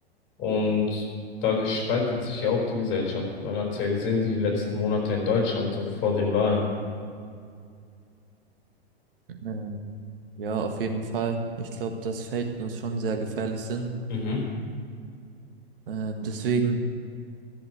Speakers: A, on the left (about 35°); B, on the right (about 55°).
A: und dadurch spaltet sich ja auch die Gesellschaft. Man hat es ja gesehen, die letzten Monate in Deutschland, so vor den Wahlen.
B: Ähm, ja, auf jeden Fall. Ich glaube, dass Fake News schon sehr gefährlich sind.
A: Mhm.
B: Ähm, deswegen